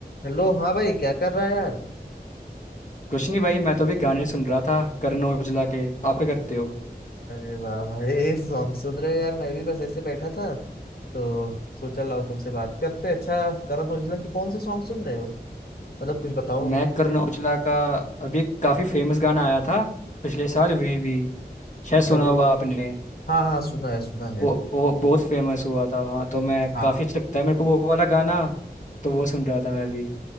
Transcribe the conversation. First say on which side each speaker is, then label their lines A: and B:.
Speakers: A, on the left; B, on the left.
A: Hello हाँ भाई क्या कर रहा है यार
B: कुछ नहीं भाई मैं तो अभी गाने सुन रहा था करण औजला के आप क्या करते हो
A: अरे वाह भाई सॉन्ग सुन रहे हो यार मैं भी बस ऐसे बैठा था तो सोचा लाओ तुमसे बात करते अच्छा करण औजला के कौन से सॉन्ग सुन रहे हो मतलब कुछ बताओ
B: मैं करण
A: उस
B: औजला
A: पर।
B: का अभी एक काफ़ी फेमस गाना आया था पिछले साल वेवी शायद
A: अच्छा
B: सुना
A: भाई
B: हुआ आपने
A: हाँ हाँ सुना है सुना है
B: वो वो बहुत फेमस हुआ था हाँ तो मैं
A: हाँ
B: काफ़ी अच्छा लगता है मेरे को वो वाला गाना तो वो सुन रहा था मैं भी